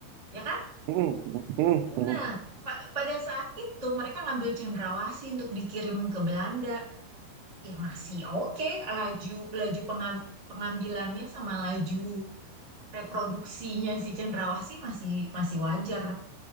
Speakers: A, on the right; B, on the right.
A: ya kan?
B: Mm, mm, mm, mm.
A: Nah, pa- pada saat itu mereka ngambil cendrawasih untuk dikirim ke Belanda. Ya masih oke laju laju pengam- pengambilannya sama laju reproduksinya si cendrawasih masih masih wajar.